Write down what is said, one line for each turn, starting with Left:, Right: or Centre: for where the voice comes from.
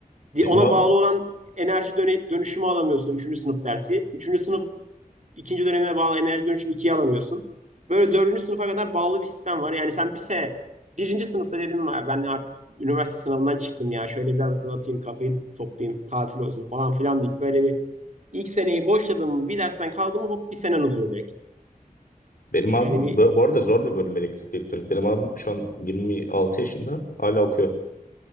Right: Di-
Left: Benim
Right: Ona
Left: abi
Right: bağlı olan enerji döne- dönüşümü alamıyorsun. Üçüncü sınıf dersi. Üçüncü sınıf ikinci dönemine bağlı enerji dönüşümü 2'yi alamıyorsun. Böyle dördüncü sınıfa kadar bağlı bir sistem var. Yani sen bir sene birinci sınıfta dedim "Ya ben artık üniversite sınavından çıktım ya. Şöyle biraz dağıtayım kafayı da toplayayım tatil olsun falan filan deyip böyle bir ilk seneyi boşladım bir dersten kaldım hop bir senen uzuyor direkt.
Left: Benim
Right: Yani
Left: abim
Right: bir
Left: bu bu arada zor bir bölüm elektrik elektronik. Benim abim şu an 26 yaşında hala okuyor.